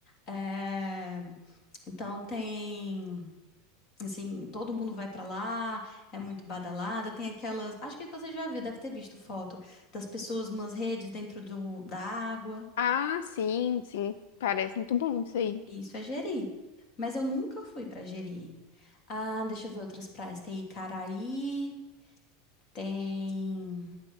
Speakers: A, on the left (about 35°); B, on the left (about 75°).
A: é, então tem, assim, todo mundo vai pra lá, é muito badalada. Tem aquelas, acho que você já viu, deve ter visto foto das pessoas nas redes dentro do, da água.
B: Ah, sim, sim. Parece muito bom isso aí.
A: Isso é Jeri. Mas eu nunca fui pra Jeri. Ah, deixa eu ver outras praias. Tem Icaraí, tem